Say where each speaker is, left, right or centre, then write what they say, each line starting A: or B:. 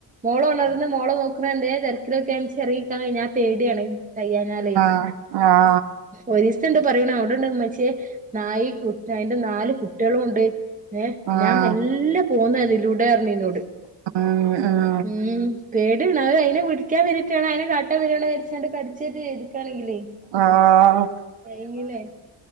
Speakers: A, on the right; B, on the right.
A: മോള് ഉണർന്ന് മോളെ നോക്കണ എന്തേര് തെരക്കിലൊക്കെ ആണ് വെച്ചാൽ എറങ്ങി നിക്കാൻ കഴിഞ്ഞാ പേടിയാണ് കഴിയാഞ്ഞാലെ
B: ആഹ
A: ഒരീസ ണ്ട് പറയണ അവിടെ ഇൻ്റെ ഉമ്മച്ചി നായി കുട്ടി അയിന്റെ നാല് കുട്ടികളും ണ്ട് ഏ
B: ഉം
A: ഞാൻ മെല്ലെ പോന്നതിലൂടെ പറഞ്ഞ് ഇന്നോട്
B: ആഹ ആ
A: ഉം പേടിയാണ് അത് അയിനെ പിടിക്കാൻ വരെട്ടാണ് അതിനെ കാട്ടാൻ വരാണ് വിചാരിചാണ്ട് കടിച്ചെറ്റം ചെയ്തിക്കാണേലെ
B: ആഹ
A: കഴിഞ്ഞീലെ